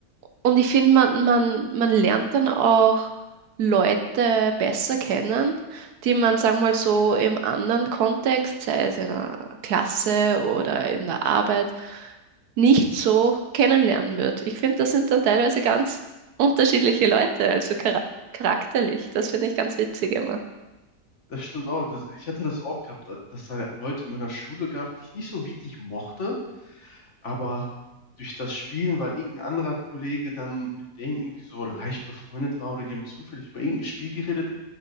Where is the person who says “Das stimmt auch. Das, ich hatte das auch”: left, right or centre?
Left